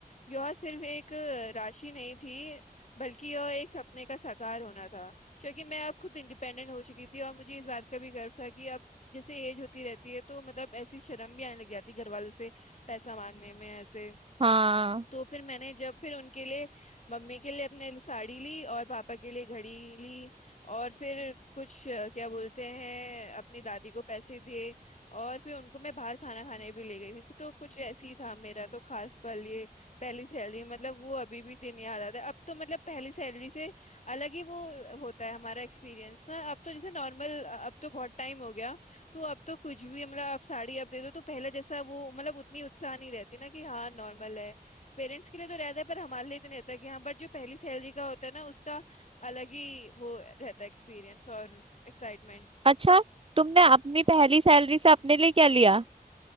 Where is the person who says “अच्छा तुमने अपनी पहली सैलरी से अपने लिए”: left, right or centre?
Right